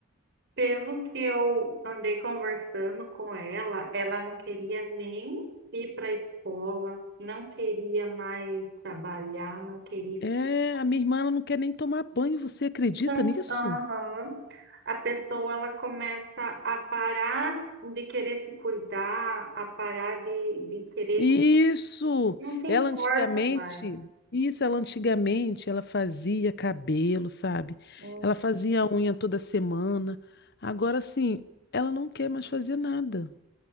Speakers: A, on the right; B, on the left.
A: Pelo que eu andei conversando com ela, ela não queria nem ir para a escola, não queria mais trabalhar, não queria. estu-
B: É, a minha irmã ela não quer nem tomar banho, você acredita
A: Não,
B: nisso?
A: aham. A pessoa ela começa a parar de querer se cuidar, a parar de, de querer.
B: Isso,
A: Não se importa
B: ela antigamente,
A: mais.
B: isso ela antigamente, ela fazia cabelo, sabe?
A: Hum.
B: Ela fazia unha toda semana. Agora sim, ela não quer mais fazer nada.